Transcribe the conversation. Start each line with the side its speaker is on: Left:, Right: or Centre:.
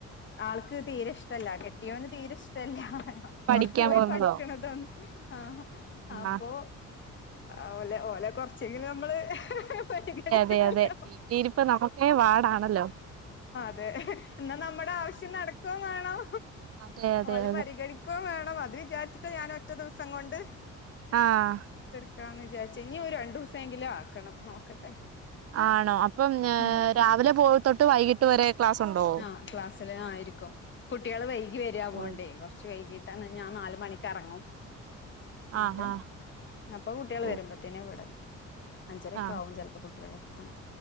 Left: ആൾക്ക് തീരെഷ്ടല്ല കെട്ടിയോന് തീരെ ഇഷ്ടല്ല
Right: പഠിക്കാൻ
Left: പുറത്തു പോയി
Right: പോകുന്നതോ
Left: പഠിക്കണതൊന്നും ആ അപ്പോ
Right: ആ
Left: ആലെ ഓലെ കൊറച്ചെങ്കിലും നമ്മള് പരിഗണിക്കണല്ലോ
Right: അതെ അതെ വീട്ടീരിപ്പ നമുക്ക വാടാണല്ലോ
Left: അത എന്നാ നമ്മുടെ ആവശ്യം നടക്കയും വേണം
Right: അതെ അതെ
Left: ഒരേ
Right: അതെ
Left: പരിഗണിക്കയും വേണം അത് വിചാരിച്ചിട്ട് ഞാൻ ഒറ്റ ദിവസം കൊണ്ട്
Right: ആഹ
Left: ക്കാന്ന് വിചാരിച്ച ഇനി ഒരു രണ്ടു ദിവസം എങ്കിലും ആക്കണം നോക്കട്ടെ
Right: ആണോ അപ്പം
Left: ഉം
Right: രാവിലെ പോയി തൊട്ട് വൈകിട്ട് വരെ ക്ലാസ് ഉണ്ടോ
Left: ആഹ് ക്ലാസ്സില് ആയിരിക്കും കുട്ടികള് വൈകി വരിക അതോണ്ടെ
Right: ഓ
Left: കുറച്ച് വൈകിട്ട് ട്ടാണ് ഞാൻ നാല് മണിക്ക് ഇറങ്ങും എന്നിട്ട്
Right: ആ ആ
Left: അപ്പൊ കുട്ടികള്
Right: ഓ
Left: വരുമ്പോത്തേന് ഇവിടെ അഞ്ചരൊക്കെ
Right: ആഹ്
Left: ആവും ചെലപ്പോ കുട്ടികളെത്താൻ